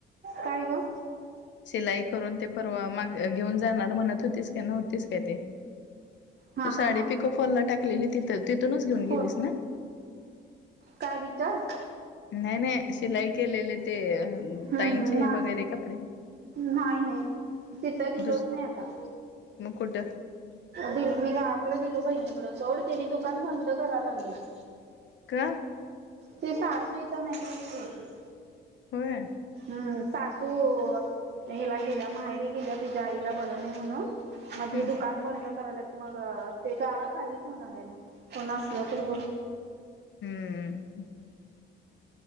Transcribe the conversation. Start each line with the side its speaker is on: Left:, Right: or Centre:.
Right: काय ग
Left: सिलाई करून ते परवा माग घेऊन जाणार म्हणत होतीस का न्हतीस काय ते
Right: हा
Left: तू
Right: हा
Left: साडी
Right: हा
Left: पिको फॉल ला टाकली तिथं तिूनच घेऊन गेलीस
Right: हो
Left: ना?
Right: काय रिचार्ज?
Left: नाही नाही शिलाई केलेले ते
Right: हम्म
Left: ताईचे
Right: हम्म ना
Left: वगैरे कपडे
Right: नाही नाही तिथं दिलोच
Left: दुस
Right: नाही आता.
Left: मग कुठ?
Right: दि मी गावाकडे दिलो बहिणीकड सोड त्यानी दुकान बंद करावला लागलेत.
Left: का?
Right: ती सासू इथे नाहीये की.
Left: होय.
Right: हम् सासू हेला गेल्या माहेरी गेल्या तिच्या आईला बर नाही म्हणून म
Left: हम्म
Right: ते दुकान बंद करालेत मग ते गाळा खालीच होणार आहे बग कोण असलं तर बग.
Left: हम्म